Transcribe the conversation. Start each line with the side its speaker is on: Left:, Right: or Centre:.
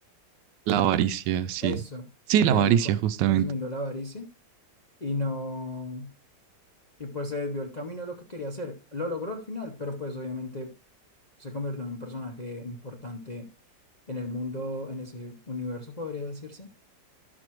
Left: dime,
Right: La avaricia, sí.
Left: eso,
Right: Sí,
Left: lo
Right: la
Left: terminó
Right: avaricia,
Left: co-
Right: justamente.
Left: consumiendo la avaricia y no, y pues se desvió el camino de lo que quería hacer. Lo logró al final, pero pues obviamente se convirtió en un personaje importante en el mundo, en ese universo, podría decirse,